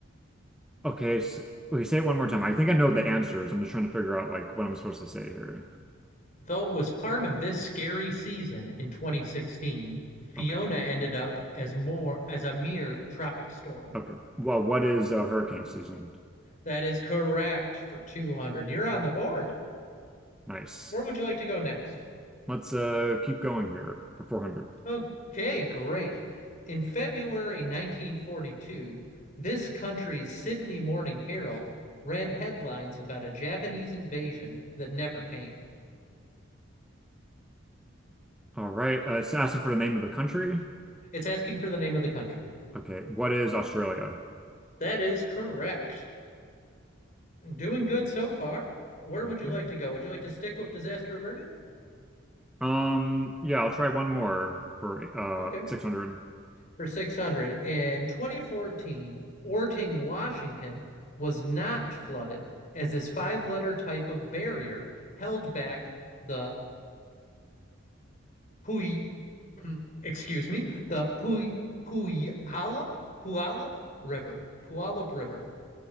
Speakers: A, in the centre; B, on the left.
A: okay. s okay, say it one more time. I think I know the answers. I'm just trying to figure out like what I'm supposed to say here.
B: Though it was part of this scary season in 2016, Fiona
A: Okay.
B: ended up as more as a mere tropic storm.
A: Okay. Well, what is uh, hurricane season?
B: That is correct for 200. You're on the board.
A: Nice.
B: Where would you like to go next?
A: Let's uh keep going here for 400.
B: Okay, great. In February 1942, this country's Sydney Morning Herald ran headlines about a Japanese invasion that never came.
A: All right. Uh, it's asking for the name of the country.
B: It's asking for the name of the country.
A: Okay. What is Australia?
B: That is correct. Doing good so far. Where would
A: Okay.
B: you like to go? Would you like to stick with disaster averted?
A: Um, yeah, I'll try one more for uh
B: Okay.
A: 600.
B: For 600. In 2014, Orting, Washington was not flooded as this five letter type of barrier held back the Puy, excuse me, the Puy Puyallup Puyallup River. Puyallup River.